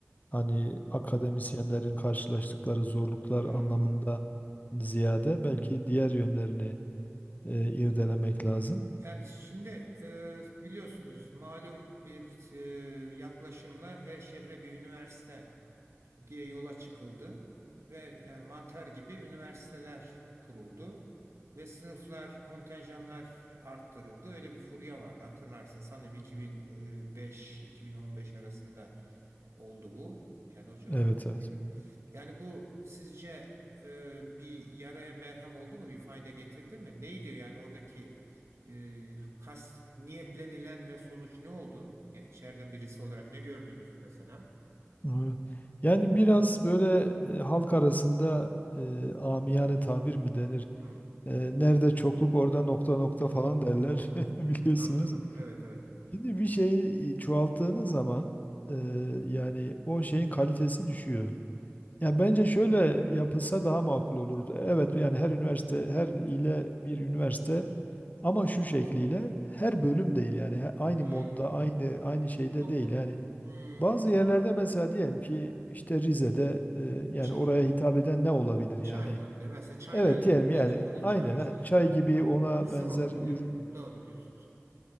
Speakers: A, on the left; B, on the right.
A: hani akademisyenlerin karşılaştıkları zorluklar
B: Hı.
A: anlamında ziyade belki diğer yönlerini e, irdelemek lazım.
B: Yani şimdi e, biliyorsunuz malum bir e, yaklaşımla her şehre bir üniversite diye yola çıkıldı ve yani mantar gibi üniversiteler kuruldu ve sınıflar, kontenjanlar arttırıldı. Öyle bir furya vardı hatırlarsın. Sanıyorum 2005-2015 arasında oldu bu. Yani o civardaydı.
A: Evet evet.
B: Yani bu sizce e, bir yaraya merhem oldu mu? Bir fayda getirdi mi? Neydi yani oradaki e, kas niyetlenilen ve sonuç ne oldu? Ya içeriden birisi olarak ne gördünüz mesela?
A: Evet. Yani biraz böyle e, halk arasında e, amiyane tabir mi denir?
B: Hı.
A: E, nerede çokluk orada nokta nokta
B: Hmm,
A: falan derler
B: hmm,
A: <laughs> biliyorsunuz.
B: Anladım. Evet evet.
A: Şimdi bir şeyi çoğalttığınız zaman e, yani o şeyin kalitesi düşüyor. Ya bence şöyle yapılsa daha makul olurdu. Evet yani her üniversite her ile bir üniversite ama şu şekliyle her bölüm değil yani he- aynı
B: hmm.
A: modda aynı aynı şeyde
B: Çok
A: değil
B: doğru.
A: yani
B: Hmm,
A: bazı yerlerde mesela diyelim ki işte Rize'de e, yani
B: çay.
A: oraya hitap eden ne olabilir
B: Çay
A: yani?
B: olabilir. Mesela çayla
A: Evet
B: alakalı
A: diyelim yani
B: ki onu
A: aynen
B: çağrıştıran
A: ha, çay
B: şey.
A: gibi
B: Doğru.
A: ona
B: Mısır
A: benzer
B: olabilir.
A: ürün
B: Doğru diyorsunuz.